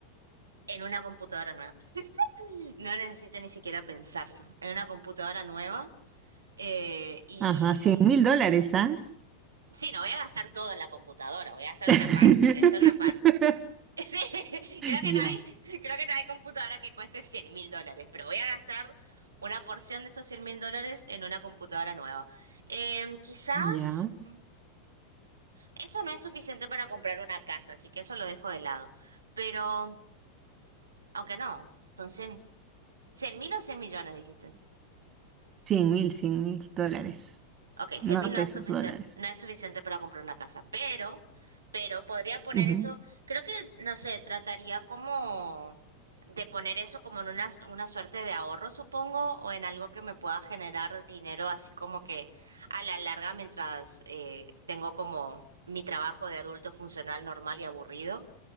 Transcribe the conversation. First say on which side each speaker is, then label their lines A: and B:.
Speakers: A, on the right (about 75°); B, on the right (about 30°).
A: En una computadora nueva. <laughs> No necesito ni siquiera pensarlo. En una computadora nueva. eh, y
B: Ajá, cien mil dólares, ¿ah?
A: Sí, no voy a gastar todo en la computadora, voy a gastar
B: <laughs>
A: una parte, voy a gastar una parte. <laughs> Sí, creo que
B: Ya,
A: no hay, creo que no hay computadora que cueste cien mil dólares, pero voy a gastar una porción de esos cien mil dólares en una computadora nueva. Em, quizás
B: ya.
A: mm, eso no es suficiente para comprar una casa, así que eso lo dejo de lado. Pero, aunque no, son 100 100 mil o cien millones, dijiste.
B: 100 mil, cien mil dólares.
A: Ok, 100
B: No
A: mil no
B: pesos,
A: es suficiente,
B: dólares.
A: no es suficiente para comprar una casa, pero, pero podría poner
B: Ujú.
A: eso, creo que, no sé, trataría como de poner eso como en una, una suerte de ahorro, supongo, o en algo que me pueda generar dinero, así como que a la larga, mientras eh, tengo como mi trabajo de adulto funcional normal y aburrido